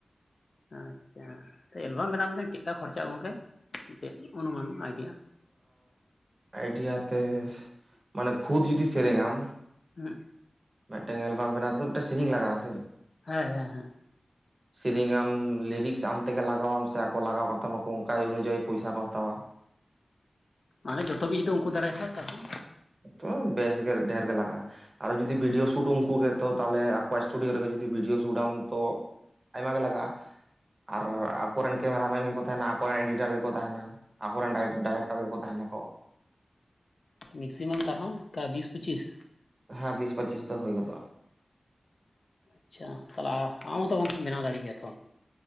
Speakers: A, on the left; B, on the right.
A: ᱟᱪᱪᱷᱟ ᱮᱞᱵᱟᱢ ᱵᱮᱱᱟᱣ ᱢᱮᱱᱟ ᱪᱮᱫᱞᱮᱠᱟ ᱠᱷᱚᱨᱪᱟ ᱟᱪᱟᱜ ᱜᱚᱢᱠᱮ ᱢᱤᱫᱴᱮᱱ ᱩᱱᱩᱢᱟᱱ ᱟᱭᱰᱤᱭᱟ
B: ᱟᱭᱰᱤᱭᱟ ᱛᱮ ᱢᱟᱱᱮ ᱠᱷᱩᱫ ᱡᱩᱫᱤ ᱥᱮᱨᱮᱧᱟᱢ
A: ᱦᱮᱸ
B: ᱢᱤᱫᱴᱟᱝ ᱮᱞᱵᱟᱢ ᱵᱮᱱᱟᱣ ᱛᱮᱫᱚ ᱢᱤᱫᱴᱟᱝ ᱥᱮᱨᱮᱧ ᱞᱟᱜᱟᱜ ᱟᱥᱮ
A: ᱦᱮᱸ ᱦᱮᱸ ᱦᱮᱸ
B: ᱥᱮᱨᱮᱧ ᱟᱢ ᱞᱤᱨᱤᱠᱥ ᱟᱢ ᱛᱮᱜᱮ ᱞᱟᱜᱟᱣᱟᱢ ᱥᱮ ᱟᱠᱚ ᱞᱟᱜᱟᱣ ᱠᱟᱛᱟᱢᱟ ᱚᱱᱠᱟ ᱚᱱᱩᱡᱟᱭᱤ ᱯᱚᱭᱥᱟ ᱠᱚ ᱦᱟᱛᱟᱣᱟ
A: ᱢᱟᱱᱮ ᱡᱚᱛᱚᱜᱮ ᱡᱩᱚᱫᱤ ᱩᱱᱠᱩ ᱫᱟᱨᱟᱭ ᱠᱷᱟᱡ ᱛᱟᱦᱚᱞᱮ
B: ᱛᱚ ᱵᱮᱥ ᱜᱮ ᱰᱷᱮᱨ ᱜᱮ ᱞᱟᱜᱼᱟ ᱟᱨ ᱡᱩᱫᱤ ᱵᱷᱤᱰᱤᱭᱳ ᱥᱩᱴ ᱩᱱᱠᱩ ᱜᱮᱛᱚ ᱛᱟᱦᱚᱞᱮ ᱟᱠᱚᱣᱟᱜ ᱥᱴᱩᱰᱤᱭᱳ ᱨᱮᱜᱮ ᱡᱤ ᱵᱷᱤᱰᱭᱳ ᱥᱩᱴ ᱟᱢ ᱛᱚ ᱟᱭᱢᱟ ᱜᱮ ᱞᱟᱜᱟᱜᱼᱟ ᱟᱨ ᱟᱠᱚᱨᱮᱱ ᱠᱮᱢᱮᱨᱟ ᱢᱮᱱ ᱜᱮᱠᱚ ᱛᱟᱦᱮᱱᱟ ᱟᱠᱚᱨᱮᱱ ᱮᱰᱤᱴᱟᱨ ᱜᱮᱠᱚ ᱛᱟᱦᱮᱱᱟ ᱟᱠᱚᱨᱮᱱ ᱰᱟᱭᱨᱮᱠᱴᱟᱨ ᱜᱮᱠᱚ ᱛᱟᱦᱮᱱᱟᱠᱚ
A: ᱢᱮᱠᱥᱤᱢᱟᱢ ᱛᱟᱨᱦᱚᱸ ᱚᱱᱠᱟ ᱵᱤᱥ ᱯᱚᱸᱪᱤᱥ
B: ᱦᱮᱸ ᱵᱤᱥ ᱯᱚᱸᱪᱤᱥ ᱫᱚ ᱦᱩᱭ ᱜᱚᱫᱚᱼᱟᱜ
A: ᱟᱪᱪᱷᱟ ᱛᱟᱦᱚᱞᱮ ᱟᱢᱦᱚᱛᱚ ᱜᱚᱝᱠᱮᱢ ᱵᱮᱱᱟᱣ ᱫᱟᱲᱮ ᱠᱮᱭᱟ ᱛᱚ